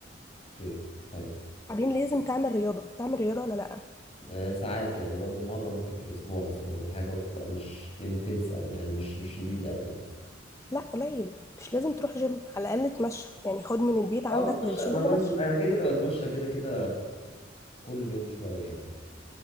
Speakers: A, on the left; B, on the left.
A: اوكي طيب
B: بعدين لازم تعمل رياضة بتعمل رياضة ولا لأ؟
A: آه ساعات يعني برضو مره ممكن في الاسبوع مثلا ولا حاجه وبتبقى مش انتنس او يعني مش مش شديده او يعني
B: لا قليل مش لازم تروح جيم على الأقل تمشى يعني خد من البيت عندك
A: اه بتمشى
B: للشغل
A: انا بت-
B: مشي
A: انا كده كده بتمشى كده كده كل يوم شويه يعني